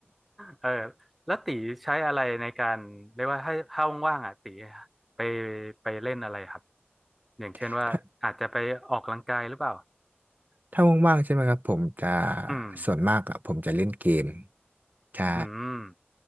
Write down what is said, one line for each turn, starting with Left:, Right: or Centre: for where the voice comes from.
Centre: เออแล้วตีใช้อะไรในการเรียกว่าถ้าถ้าว่างๆอ่ะตีไปไปเล่นอะไรครับอย่างเช่นว่าอาจจะไปออกกำลังกายหรือเปล่า
Right: <laughs> ถ้าถ้าว่างๆใช่ไหมครับผมจะ
Centre: อืม
Right: ส่วนมากอะผมจะเล่นเกมใช่
Centre: อืม